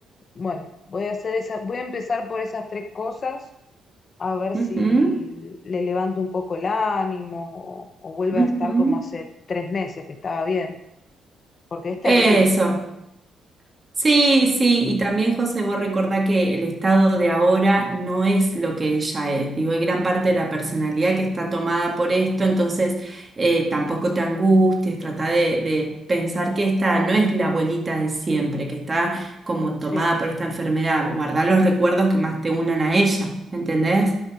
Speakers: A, on the left; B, on the right.
A: bueno, voy a hacer esa, voy a empezar por esas tres cosas, a ver
B: Ujú,
A: si le levanto un poco el ánimo o, o vuelve
B: ujú.
A: a estar como hace tres meses que estaba bien, porque es terrible.
B: Eso. Sí, sí, y también José, vos recordá que el estado de ahora no es lo que ella es. Digo, hay gran parte de la personalidad que está tomada por esto, entonces eh, tampoco te angusties, trata de, de pensar que esta no es la abuelita de siempre, que está como
A: Sí,
B: tomada por esta enfermedad. Guardá los recuerdos que más te unan a ella, ¿me entendés?